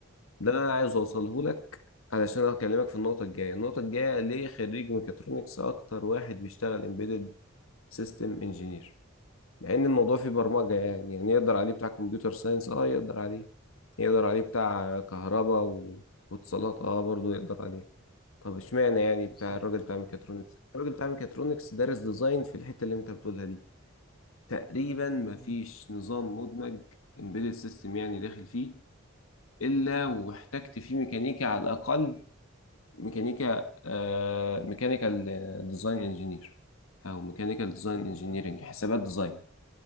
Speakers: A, on the left (about 90°); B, on the left (about 25°).
A: ده انا عايز اوصله لك علشان هكلمك في النقطه الجايه النقطه الجايه ليه خريج ميكاترونكس اكتر واحد بيشتغل امبيدد سيستم انجينير مع ان الموضوع فيه برمجه
B: ليه
A: يعني
B: بقى
A: يعني يقدر عليه بتاع كمبيوتر ساينس اه يقدر عليه يقدر عليه بتاع كهرباء و... واتصالات اه برضه يقدر عليه طب اشمعنى يعني
B: بالظبط
A: بتاع الراجل بتاع ميكاترونكس الراجل بتاع ميكاترونكس دارس ديزاين في الحته اللي انت بتقولها دي تقريبا مفيش
B: مم.
A: نظام مدمج امبيدد سيستم يعني داخل فيه الا واحتجت فيه ميكانيكا على الاقل ميكانيكا آه ميكانيكال ديزاين انجينير او ميكانيكال ديزاين
B: أيوه
A: انجينيرنج
B: فاهم
A: حسابات ديزاين